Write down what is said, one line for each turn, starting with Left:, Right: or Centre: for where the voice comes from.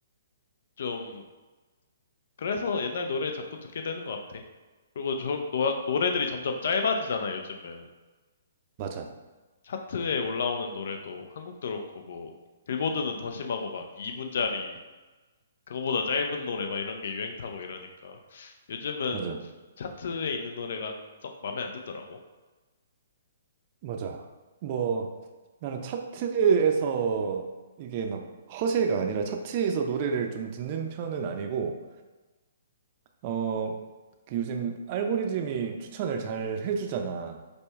Left: 좀 그래서 옛날 노래 자꾸 듣게 되는 것 같아. 그리고 저, 노, 노래들이 점점 짧아지잖아, 요즘은.
Right: 맞아,
Left: 차트에 올라오는 노래도 한국도 그렇고, 뭐, 빌보드는 더 심하고, 막 2분짜리, 그거보다 짧은 노래, 막 이런 게 유행 타고 이러니까. 요즘은
Right: 맞아.
Left: 차트에 있는 노래가 썩 마음에 안 들더라고.
Right: 맞아. 뭐 나는 차트에서 이게 막 허세가 아니라 차트에서 노래를 좀 듣는 편은 아니고 어 그 요즘 알고리즘이 추천을 잘 해주잖아.